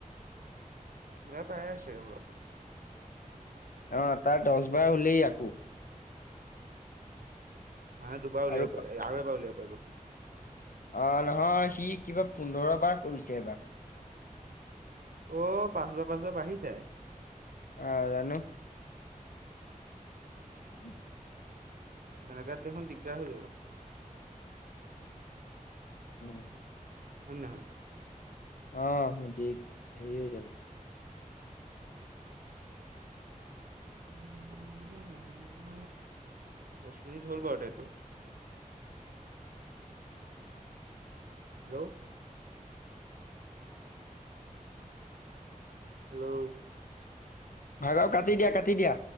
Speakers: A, on the right; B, on the left.
A: তৰা পাই আছে গ
B: অ', তাৰ দহ বাৰ হ'লেই আকৌ।
A: মানে দুবাৰ উলিয়াব
B: আৰু
A: পাৰি আৰু এবাৰ উলিয়াব পাৰিব।
B: আহ নহয় সি কিবা পোন্ধৰ বাৰ কৰিছে এবাৰ
A: অ', পাচবা পাচবা বাঢ়ি যায়।
B: অ', অ', জানো? উম
A: তেনেকাত দেখোন দিগদাৰ হৈ যাব
B: উম
A: হয় ন
B: অ সজিত হেৰি হৈ যাব
A: উ উ দহ মিনিট হ'ল বাৰু দেটো হেল্ল'। হেল্ল'।
B: ভাগাৰ কাটি দিয়া কাটি দিয়া।